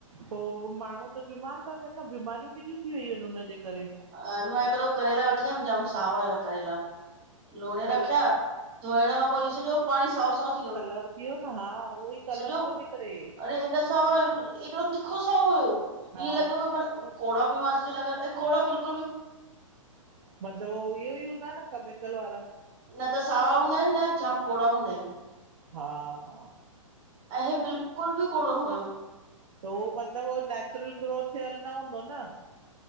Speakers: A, on the right; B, on the right.
A: पोइ माण्हू त बीमार था। न बीमारियूं केॾियूं थी वयूं आहिनि हुनजे। करे
B: ह मां हिक दो करेला वठी आयम जाम। करेला लोणे
A: कलर
B: रखिया धोइण खां पोइ इह सॼो। पाणी साफ़ थी वियो
A: कलर थी वियो न हा उहो ई
B: सॼो
A: कलर थो निकिरे
B: एॾा सवा। एॾो तिखो हुयो ईअं
A: हा
B: लॻे कोड़ा बि लॻा ऐं कोड़ा बिल्कु।
A: मतलब हूंदा न केमिकल वारा
B: त सावा हूंदा आहिनि न जाम कोड़ा हूंदा आहिनि।
A: हा हा।
B: हे बिलकुलु बि कोड़ो न हुयो।
A: त उहो मतलब हो नेचुरल ग्रो थियल न हूंदो न।